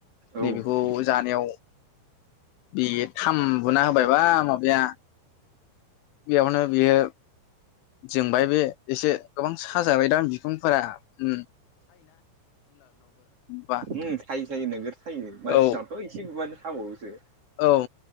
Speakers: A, on the right (about 30°); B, on the left (about 80°).
A: औ
B: नै
A: उम
B: बेखौ जानायाव बेयो थाम बुना होबायबा माबाया बेयावनो बियो जोंबाय बे एसे गोबां साजाबाय दां बिखुंफोरा ओम बा
A: ओम थायो थायो नोगोर थायो मानसिनावथ'
B: औ
A: खिबोबानो खावो बिसोरो
B: औ।